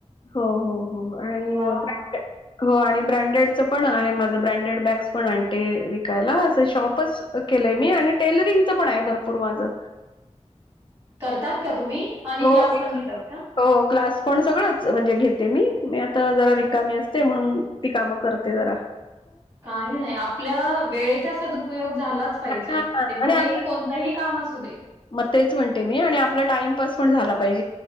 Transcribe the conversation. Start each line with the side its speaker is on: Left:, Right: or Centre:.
Left: हो हो हो आणि
Right: वाह! वाह!
Left: हो आणि ब्रँडेडचं पण आहे माझं ब्रँडेड बॅग्स पण आणते विकायला शॉपच केलंय मी आणि टेलरिंगच पण आहे भरपूर माझं
Right: करतात का तुम्ही? आणि
Left: हो
Right: क्लास
Left: मी
Right: पण घेतात का
Left: हो क्लास पण सगळंच म्हणजे घेते मी मी आता जरा रिकामी असते म्हणून ती कामं करते जरा
Right: काही नाही आपल्या वेळेचा सदुपयोग झालाच
Left: हा
Right: पाहिजे ते भलेही
Left: आणि आपण
Right: कोणतंही काम असू दे
Left: मग तेच म्हणते मी आणि आपला टाइमपास पण झाला पाहिजे